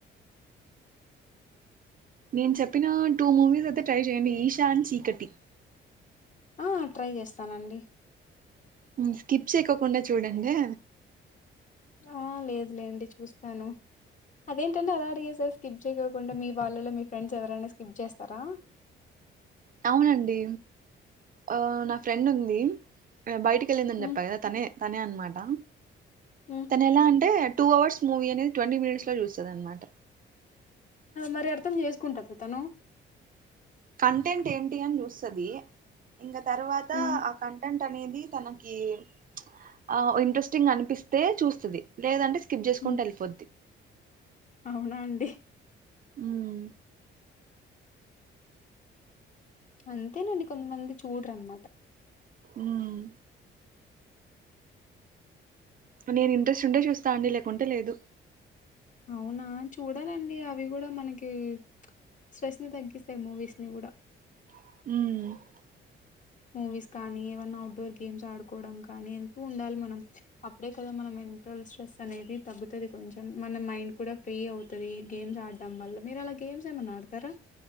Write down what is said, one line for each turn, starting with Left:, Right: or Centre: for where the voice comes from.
Right: నేను చెప్పిన టూ మూవీస్ అయితే ట్రై చేయండి ఈషా అండ్ చీకటి.
Left: ఆ ట్రై చేస్తానండి.
Right: స్కిప్ చేయకోకుండా చూడండే
Left: ఆ లేదులే అండి చూస్తాను. అదేంటండి అలా అడిగేశారు స్కిప్ చెయకోకుండా మీ వాళ్ళలో మీ ఫ్రెండ్స్ ఎవరైనా స్కిప్ చేస్తారా?
Right: అవునండి ఆ నా ఫ్రెండ్ ఉంది. బయటికి వెళ్ళిందని
Left: హ్మ్
Right: చెప్పా కదా తనే తనే అనమా ట
Left: హ్మ్
Right: తను ఎలా అంటే టూ అవర్స్ మూవీ అనేది ట్వంటీ మినిట్స్ లో చూస్తది అనమాట.
Left: మరి అర్థం చేసుకుంటదా తనూ
Right: కంటెంట్ ఏంటి అని చూస్తది, ఇంకా తర్వాత
Left: హ్మ్
Right: ఆ కంటెంట్ అనేది తనకి ప్చ్ ఆ ఇంట్రెస్టింగ్ అనిపిస్తే చూస్తది, లేదంటే స్కిప్ చేసుకుంటూ
Left: హ్మ్
Right: వెళ్ళిపోద్ది.
Left: అవునా అండి
Right: ఉమ్
Left: అంతేనండి కొంతమంది చూడరు అనమాట.
Right: మ్మ్ నేను ఇంట్రెస్ట్ ఉంటే చూస్తా అండి లేకుంటే లేదు.
Left: అవునా చూడాలండి అవి కూడా మనకి స్ట్రెస్ ని తగ్గిస్తాయి మూవీస్ ని కూడా.
Right: మ్
Left: మూవీస్ కానీ, ఏమన్నా అవుట్డోర్ గేమ్స్ ఆడుకోవడం కానీ, వెళ్తూ ఉండాలి మనం. అప్పుడే కదా మన మెంటల్ స్ట్రెస్ అనేది తగ్గుతది కొంచెం మన మైండ్ కూడా ఫ్రీ అవుతది గేమ్స్ ఆడడం వల్లా. మీరు అలా గేమ్స్ ఏమన్నా ఆడతారా?